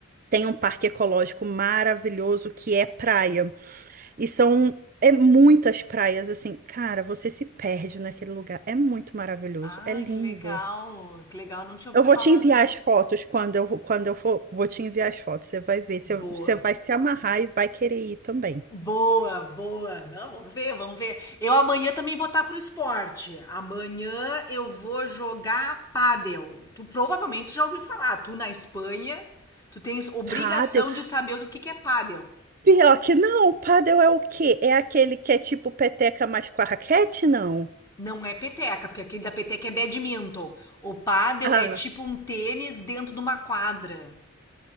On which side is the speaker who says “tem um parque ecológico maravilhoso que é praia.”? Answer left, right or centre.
Right